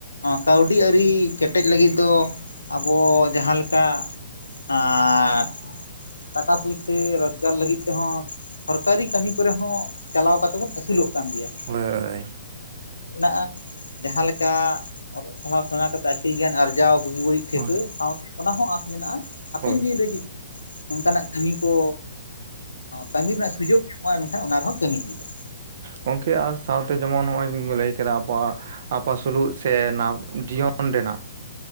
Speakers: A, on the left; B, on the right.
A: ᱠᱟᱹᱣᱰᱤ ᱟᱹᱨᱤ ᱠᱮᱴ ᱴᱮᱡ <unintelligible> ᱞᱟᱹᱜᱤᱫ ᱫᱚ ᱟᱵᱚ ᱡᱟᱦᱟᱸ ᱞᱮᱠᱟ ᱟᱨ ᱴᱟᱠᱟ ᱯᱩᱭᱥᱟᱹ ᱨᱚᱡᱽᱜᱟᱨ ᱞᱟᱹᱜᱤᱫ ᱛᱮᱦᱚᱸ ᱥᱚᱨᱠᱟᱨᱤ ᱠᱟᱹᱢᱤ ᱠᱚᱨᱮᱦ ᱪᱟᱞᱟᱣ ᱠᱟᱛᱮ ᱵᱚᱱ ᱟᱹᱥᱩᱞᱚᱜ ᱠᱟᱱ ᱜᱮᱭᱟ
B: ᱞᱟᱹᱭ
A: ᱢᱮᱱᱟᱜᱼᱟ ᱡᱟᱦᱟᱸ ᱞᱮᱠᱟ ᱚᱞᱚᱜ ᱯᱟᱲᱦᱟᱣ ᱥᱮᱬᱟ ᱠᱟᱛᱮᱫ ᱟᱹᱰᱤᱜᱟᱱ ᱟᱨᱡᱟᱣ ᱵᱩᱜᱤ ᱵᱟᱹᱲᱤᱡ ᱴᱷᱤᱠᱟᱹ
B: ᱦᱳᱭ
A: ᱥᱟᱶ ᱚᱱᱟ ᱦᱚᱸ ᱟᱸᱥ ᱢᱮᱱᱟᱜᱼᱟ ᱦᱟᱯᱮᱱ
B: ᱦᱳᱭ
A: ᱫᱤᱱ ᱨᱮ ᱡᱩᱫᱤ ᱚᱱᱠᱟᱱᱟᱜ ᱠᱟᱹᱢᱤ ᱠᱚ ᱠᱟᱹᱢᱤ ᱨᱮᱱᱟᱜ ᱥᱩᱡᱳᱜᱽ ᱱᱚᱜ ᱢᱮᱱᱠᱷᱟᱱ ᱚᱱᱟ ᱨᱮᱦᱚᱸ ᱠᱟᱹᱢᱤ ᱦᱩᱭᱩᱼᱟ
B: ᱜᱚᱢᱠᱮ ᱟᱨ ᱥᱟᱶᱛᱮ ᱡᱮᱢᱚᱱ ᱱᱚᱜᱼᱚᱭ ᱞᱟᱹᱭ ᱠᱮᱫᱟ ᱟᱵᱚᱣᱟᱜ ᱟᱯᱟᱥᱩᱞᱩᱜ ᱥᱮ ᱚᱱᱟ ᱡᱤᱭᱚᱱ ᱨᱮᱱᱟᱜ